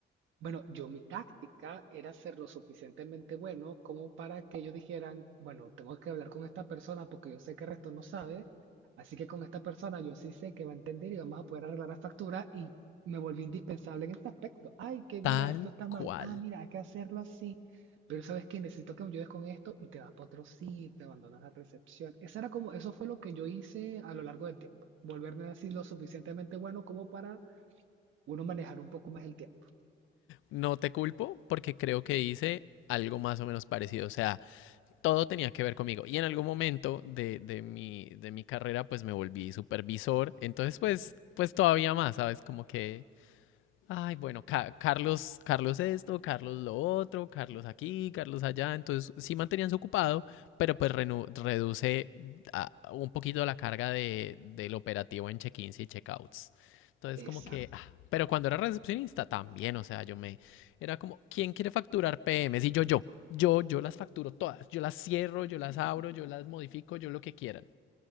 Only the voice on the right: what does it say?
Bueno, yo mi táctica era ser lo suficientemente bueno como para que ellos dijeran, bueno, tengo que hablar con esta persona porque yo sé que el resto no sabe, así que con esta persona yo sí sé que va a entender y vamos a poder arreglar la factura y me volví indispensable en este aspecto. Ay, que
mira, esto está
mal. Ah, mira, hay que hacerlo así. Pero sabes que necesito que me ayudes con esto y te vas para otro sitio, te abandonas la recepción. Esa era como, eso fue lo que yo hice a lo largo del tiempo. Volverme así lo suficientemente bueno como para uno manejar un poco más el tiempo.
Exacto.